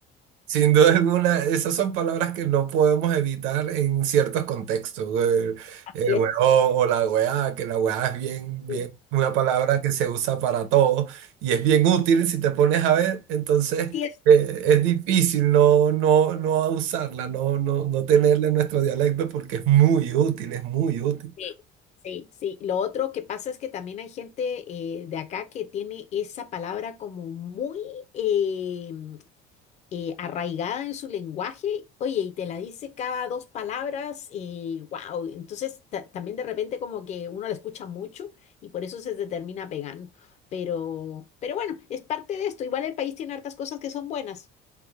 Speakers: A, on the right (about 75°); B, on the left (about 35°).
A: Sin duda alguna, esas son palabras que no podemos evitar en ciertos contextos. El,
B: Así
A: el huevón
B: es,
A: o la weá, que la weá es bien,
B: sí,
A: bien, una palabra que se usa para todo y es bien útil si te pones a ver. Entonces,
B: así es.
A: eh, es difícil no, no, no usarla, no, no, no tenerla en nuestro dialecto porque es muy útil, es muy útil.
B: Sí, sí, sí. Lo otro que pasa es que también hay gente eh, de acá que tiene esa palabra como muy eh, eh, arraigada en su lenguaje, oye, y te la dice cada dos palabras y wow. Entonces ta- también de repente como que uno la escucha mucho y por eso se te termina pegando. Pero, pero bueno, es parte de esto. Igual el país tiene hartas cosas que son buenas.